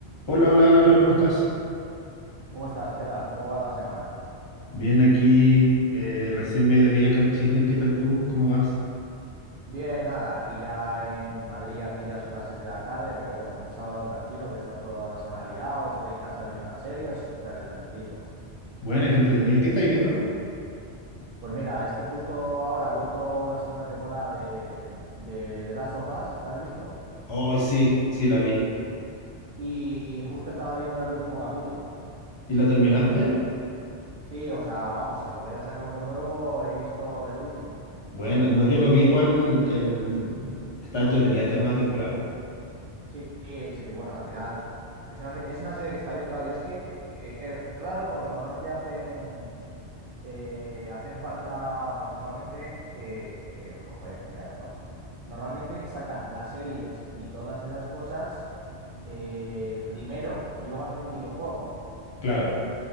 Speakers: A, on the left; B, on the right.
A: Hola, hola Álvaro, ¿cómo estás?
B: ¿Cómo estás? ¿Qué tal? ¿Cómo va la semana?
A: Bien, aquí eh, recién mediodía acá en Chile. ¿Qué tal tú? ¿Cómo vas?
B: Bien, nada, aquí ya en Madrid, aquí ya son las 6 de la tarde, pero bueno, un sábado tranquilo que está toda la semana liado, estoy en casa viendo una serie, o sea que tranquilito.
A: Buena, qué entretenida. ¿Qué estáis viendo?
B: Pues mira, es que justo ahora ha vuelto la segunda temporada de, de, de Last of Us, ¿la has visto?
A: hoy sí, sí, la vi.
B: Y justo estaba viendo el último capítulo.
A: ¿Y la terminaste?
B: Sí, o sea, vamos, en lo que hayan sacado uno nuevo, he visto el último.
A: Bueno, no, yo lo vi igual. El... Está entretenida esta nueva temporada.
B: Sí, sí, sí, sí, bueno, al final es una, se- es una serie que está bien, claro. Yo es que eh, eh, es raro porque normalmente hacen eh, hacen falta, pues normalmente, eh, eh, jo- joder, me he atracado. Normalmente sacan las series y todas esas cosas eh, primero y luego hacen un videojuego.
A: Claro,